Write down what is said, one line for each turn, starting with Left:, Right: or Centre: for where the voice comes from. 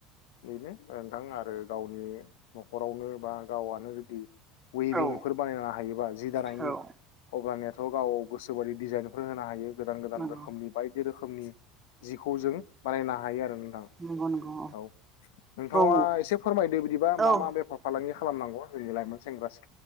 Left: बेनो ओ बिथां आरो गावनि न'खरावनो बा गावआनो जुदि वभिं
Right: औ
Left: फोर बानायनो हायोबा जि दानायनि
Right: औ
Left: अब्ला ने औ गाव गोसो बायदि डिजाइन फोर होनो हायो। गोदान गोदान
Right: नंगौ
Left: रोखोमनि बायदि रोखोम नि जिखौ जों बानायना हायो आरो नोंथां
Right: नंगौ नंगौ
Left: औ। थांङा
Right: औ
Left: एसे फोरमायदो बिदिबा
Right: औ
Left: मा
Right: औ
Left: मा बेफार फालांगि खालामनांगौ जोंनि लाइमोन सेंग्रा-सिख्ला